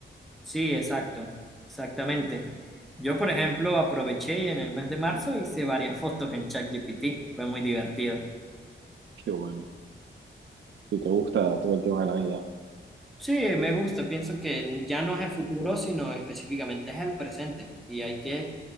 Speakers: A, in the centre; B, on the right.
A: Sí, exacto, exactamente. Yo, por ejemplo, aproveché en el mes de marzo hice varias <laughs> fotos en ChatGPT. Fue muy divertido.
B: Qué bueno. Si te gusta todo el tema de la vida.
A: Sí, me gusta. Pienso que ya no es el futuro, sino específicamente es el presente. Y hay que